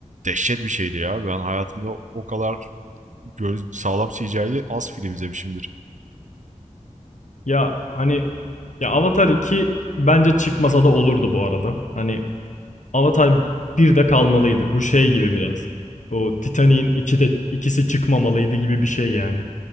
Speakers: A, on the right; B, on the left.
A: dehşet bir şeydi ya. Ben hayatımda o kadar böyle sağlam CGI'li az film izlemişimdir.
B: Ya hani ya Avatar iki bence çıkmasa da olurdu bu arada. Hani Avatar bir de kalmalıydı. Bu şey gibi biraz. O Titanic'in 2'de ikisi çıkmamalıydı gibi bir şey yani.